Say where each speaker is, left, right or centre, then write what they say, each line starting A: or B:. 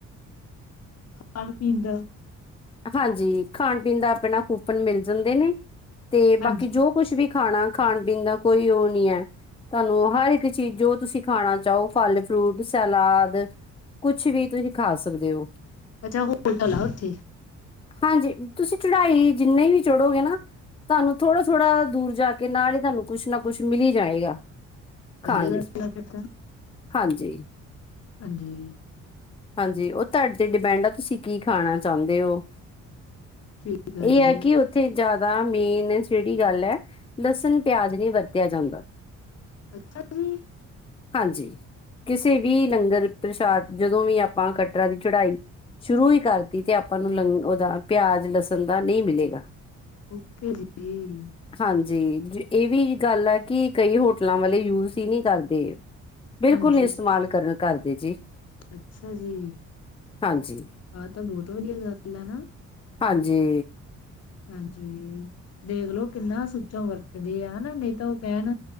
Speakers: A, on the left; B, on the left.
A: ਖਾਣ ਪੀਣ ਦਾ
B: ਹਾਂਜੀ ਖਾਣ ਪੀਣ ਦਾ ਆਪਣਾ ਕੂਪਨ ਮਿਲ ਜਾਂਦੇ ਨੇ ਤੇ
A: ਹਾਂਜੀ
B: ਬਾਕੀ ਜੋ ਕੁਛ ਵੀ ਖਾਣਾ, ਖਾਣ ਪੀਣ ਦਾ ਕੋਈ ਓ ਨੀ ਐ। ਤੁਆਨੂੰ ਹਰ ਇੱਕ ਚੀਜ਼ ਜੋ ਤੁਸੀਂ ਖਾਣਾ ਚਾਓ ਫਲ, ਫਰੂਟ, ਸਲਾਦ ਕੁਛ ਵੀ ਤੁਸੀਂ ਖਾ ਸਕਦੇ ਓ।
A: ਅੱਛਾ ਹੋਟਲ ਆ ਉੱਥੇ
B: ਹਾਂਜੀ ਤੁਸੀਂ ਚੜਾਈ ਜਿੰਨੇ ਵੀ ਚੜੋਗੇ ਨਾ। ਤੁਆਨੂੰ ਥੋੜਾ-ਥੋੜ੍ਹਾ ਦੂਰ ਜਾ ਕੇ ਨਾਲ ਈ ਤੁਆਨੂੰ ਕੁਛ ਨਾ ਕੁਛ ਮਿਲ ਈ ਜਾਏਗਾ। ਖਾਣ
A: ਵਧੀਆ ਗੱਲ
B: ਲਈ
A: ਆ ਫਿਰ ਤਾਂ
B: ਹਾਂਜੀ।
A: ਹਾਂਜੀ
B: ਹਾਂਜੀ ਓ ਤਾਡੇ ਤੇ ਡਿਪੈਡ ਆ ਤੁਸੀਂ ਕੀ ਖਾਣਾ ਚਾਂਦੇ ਓ।
A: ਠੀਕ
B: ਏ
A: ਜੀ
B: ਆ ਕੀ ਓ ਥੇ ਜ਼ਾਦਾ ਮੇਨ ਜੇੜੀ ਗੱਲ ਆ ਲਸਣ ਪਿਆਜ ਨੀ ਵਰਤਿਆ ਜਾਂਦਾ।
A: ਅੱਛਾ ਜੀ।
B: ਹਾਂਜੀ, ਕਿਸੇ ਵੀ ਲੰਗਰ ਪ੍ਰਸ਼ਾਦ ਜਦੋ ਵੀ ਆਪਾਂ ਕੱ ਟਰਾ ਦੀ ਚੜਾਈ ਸ਼ੁਰੂ ਈ ਕਰਤੀ ਤੇ ਆਪਾਂ ਨੂੰ ਲੰਗ ਓਦਾ ਪਿਆਜ ਲਸਣ ਦਾ ਨਈ ਮਿਲੇਗਾ।
A: ਓਕੇ ਜੀ ਹੂੰ
B: ਹਾਂਜੀ, ਏਵੀ ਗੱਲ ਆ ਕਿ ਕਈ ਹੋਟਲਾਂ ਵਾਲੇ ਯੂਜ ਹੀ ਨੀ ਕਰਦੇ। ਬਿਲਕੁਲ
A: ਹਾਂਜੀ
B: ਨੀ ਇਸਤੇਮਾਲ ਕਰਨ ਕਰਦੇ ਜੀ।
A: ਅੱਛਾ ਜੀ
B: ਹਾਂਜੀ।
A: ਆ ਤਾਂ ਬੋਤ ਵਧੀਆ ਗੱਲ ਆ ਨਾ।
B: ਹਾਂਜੀ
A: ਹਾਂਜੀ ਦੇਖਲੋ ਕਿੰਨਾ ਸੂਚਮ ਵਰਤਦੇ ਆ ਹਨਾ ਨਈ ਤਾਂ ਓ ਕੈਨ